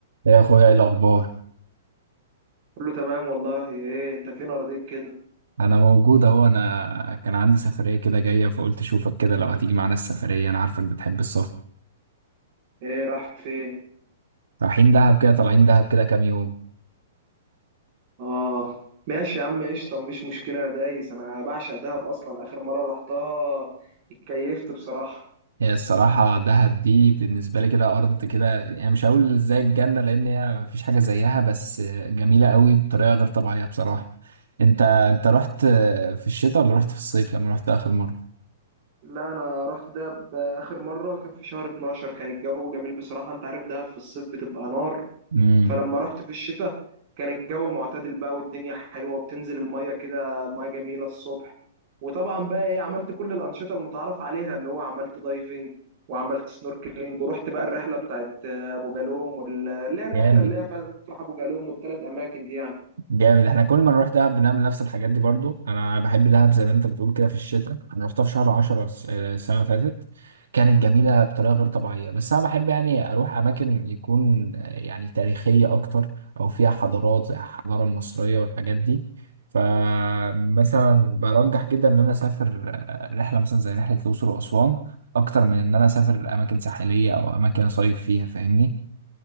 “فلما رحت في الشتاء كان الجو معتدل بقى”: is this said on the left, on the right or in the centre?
Right